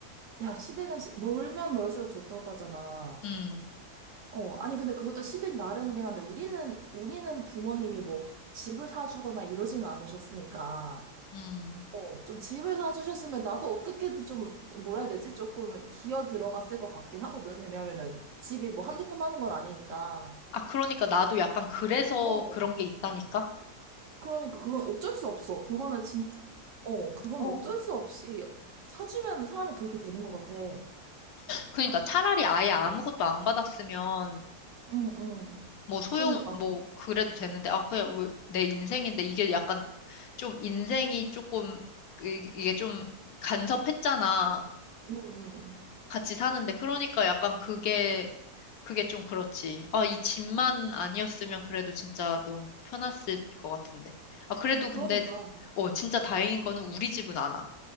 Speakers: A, on the right (about 60°); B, on the left (about 70°).
A: 야, 시댁은 시- 멀면 멀수록 좋다고 하잖아.
B: 음,
A: 어, 아니, 근데 그것도 시댁 나름이긴 한데, 우리는, 우리는 부모님이 뭐, 집을 사주거나 이러지는 않으셨으니까.
B: 음.
A: 어, 좀 집을 사주셨으면 나도 어떻게든 좀, 뭐라 해야 되지? 조금 기어 들어갔을 것 같긴 하거든. 왜냐면은 집이 뭐 한두 푼 하는 건 아니니까.
B: 아, 그러니까 나도 약간 그래서
A: 어,
B: 그런 게 있다니까?
A: 그러니까 그건 어쩔 수 없어. 그거는 진짜, 어, 그건
B: 어.
A: 어쩔 수 없이 사주면 사람이 그렇게 되는 것 같아. 응,
B: 그러니까 차라리 아예 아무것도 안 받았으면
A: 응.
B: 뭐 소용,
A: 그러니까,
B: 뭐 그래도 되는데, 아, 그냥 왜, 내 인생인데 이게 약간 좀 인생이 조금, 이- 이게 좀 간섭했잖아.
A: 응, 응.
B: 같이 사는데. 그러니까 약간 그게, 그게 좀 그렇지. 아, 이 집만 아니었으면 그래도 진짜 너무 편했을 것 같은데. 아, 그래도
A: 그러니까,
B: 근데, 어, 진짜 다행인 거는 우리 집은 안 와.